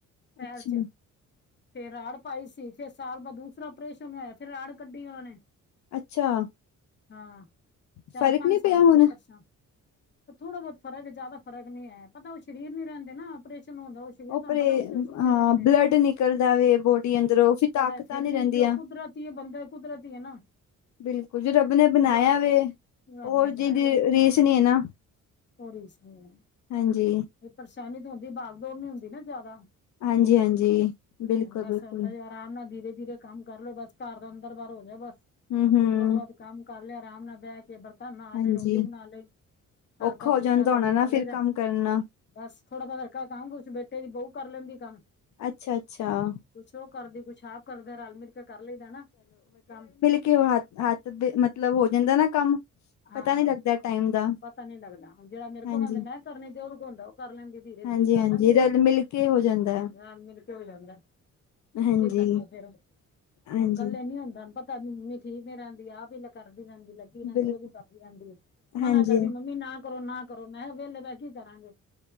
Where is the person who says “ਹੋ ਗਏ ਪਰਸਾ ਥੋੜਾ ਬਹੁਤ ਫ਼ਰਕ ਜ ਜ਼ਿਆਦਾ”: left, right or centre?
Left